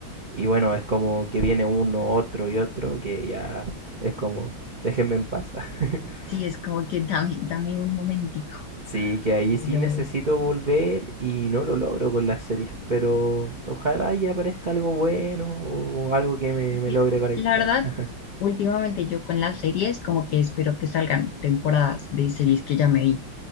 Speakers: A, on the right; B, on the left.
A: y bueno, es como que viene uno, otro y otro, que ya es como, déjenme en paz. <laughs>
B: sí, es como que dame, dame un momentico,
A: Sí, que ahí
B: pero
A: sí necesito volver y no lo logro con las series, pero ojalá y aparezca algo bueno o algo que me,
B: es
A: me
B: que,
A: logre conectar.
B: la verdad,
A: <laughs>
B: últimamente yo con las series como que espero que salgan temporadas de series que ya me vi